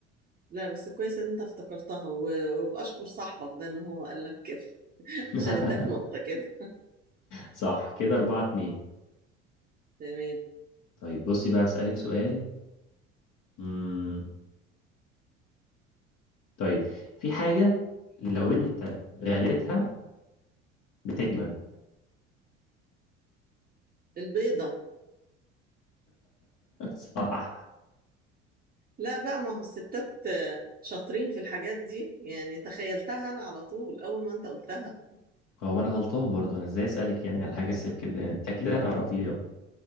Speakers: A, on the right; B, on the left.
A: لا بس كويس ان انت افتكرتها و- وبأشكر صاحبك ده ان هو قال لك كده
B: <laughs>
A: عشان اداك نقطة كده
B: صح كده أربعة اتنين
A: تمام
B: طيب بصي بقى أسألك سؤال مم. طيب في حاجة لو أنت غليتها بتجمد
A: البيضة
B: <laughs> صح
A: لا بقى ما هو الستات آه، شاطرين في الحاجات دي يعني تخيلتها أنا على طول أول ما أنت قلتها
B: هو ما أنا غلطان برضو أنا إزاي أسألك يعني على حاجة زي كده أنت أكيد هتعرفيها